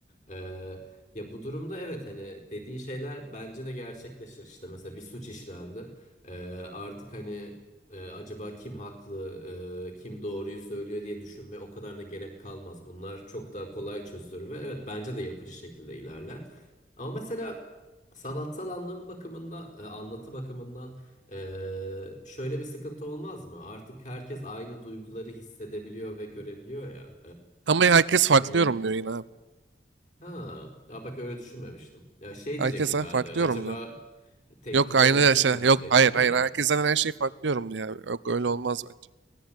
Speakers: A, on the left (about 40°); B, on the right (about 80°).
A: E, ya bu durumda evet hani dediğin şeyler bence de gerçekleşir işte. Mesela bir suç işlendi. E, artık hani. Ee, acaba kim haklı, e, kim doğruyu söylüyor diye düşünmeye o kadar da gerek kalmaz. Bunlar çok daha kolay çözülür ve evet bence de yapıcı şekilde ilerler. Ama mesela sanatsal anlamı bakımından, e, anlatı bakımından e, şöyle bir sıkıntı olmaz mı? Artık herkes aynı duyguları hissedebiliyor ve görebiliyor ya.
B: Ama herkes farklı
A: E, hani
B: yorumluyor yine abi.
A: ha, ya bak öyle düşünmemiştim. Ya şey
B: Herkes
A: diyecektim
B: farklı
A: ben de. Acaba
B: yorumluyor.
A: tek
B: Yok
A: düzeleşir
B: aynı şey.
A: mi
B: Yok
A: diyecektim
B: hayır hayır.
A: de.
B: Herkesten her şey farklı diyorum ya. Yok öyle olmaz bence.